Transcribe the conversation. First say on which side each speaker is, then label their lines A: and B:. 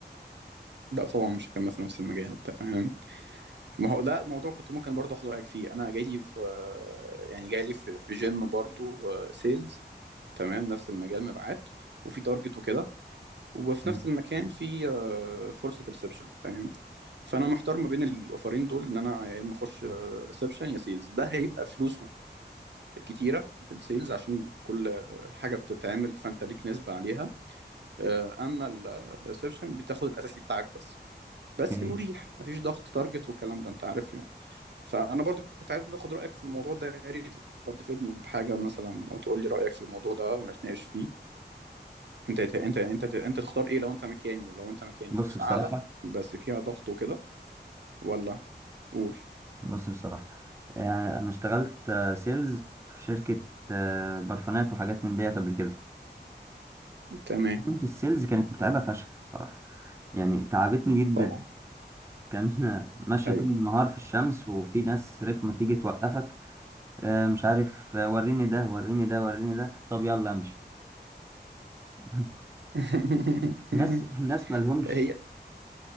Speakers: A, on the right (about 75°); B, on the right (about 15°).
A: طبعا مش هكمل في نفس المجال انت فاهم ما هو ده موضوع كنت ممكن برضه اخد رايك فيه انا جاي لي في يعني جاي لي في في جيم برضه سيلز تمام نفس المجال مبيعات وفي تارجت وكده وفي
B: مم.
A: نفس المكان في آه، فرصة ريسبشن فاهم فانا محتار ما بين الاوفرين دول ان انا يا اما اخش ريسبشن يا سيلز ده هيبقى فلوسه كتيرة السيلز عشان كل حاجة بتتعمل فانت ليك نسبة عليها آه، اما الريسبشن بتاخد الاساسي بتاعك بس بس
B: أوكي
A: مريح مفيش ضغط تارجت والكلام ده انت عارف يعني فانا برضو كنت عايز اخد رايك في الموضوع ده يا ريت لو تفيدني بحاجه مثلا او تقول لي رايك في الموضوع ده ونتناقش فيه انت انت انت انت تختار ايه لو انت مكاني لو انت مكاني
B: بص
A: فلوس
B: بصراحة
A: اعلى بس فيها ضغط وكده ولا قول
B: بص بصراحة آه، أنا اشتغلت سيلز في شركة آه، برفانات وحاجات من ديت قبل كده
A: تمام
B: تيمة السيلز كانت متعبة فشخ بصراحة يعني تعبتني جدا
A: طبعا
B: كان ماشية
A: ايوه
B: طول النهار في الشمس وفي ناس رخمة تيجي توقفك آه، مش عارف آه، وريني ده وريني ده وريني ده طب يلا امشي <laughs>
A: <laughs>
B: ناس ناس مالهمش
A: هي